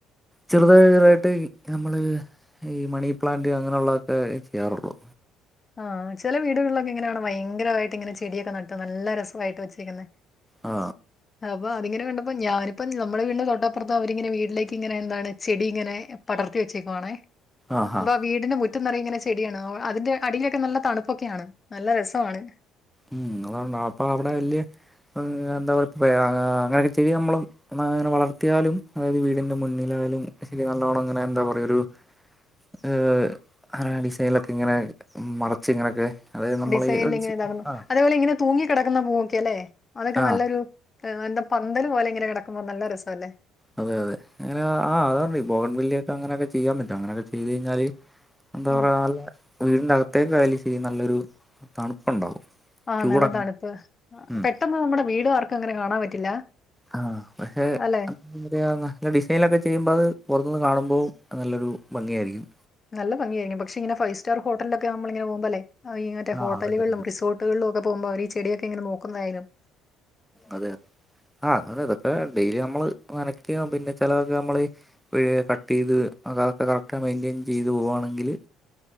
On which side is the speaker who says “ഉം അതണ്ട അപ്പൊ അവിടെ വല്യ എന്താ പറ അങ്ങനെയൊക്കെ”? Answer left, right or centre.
Centre